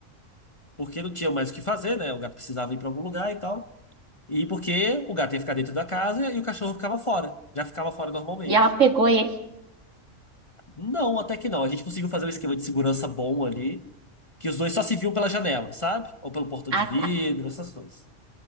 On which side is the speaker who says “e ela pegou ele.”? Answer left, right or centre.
Right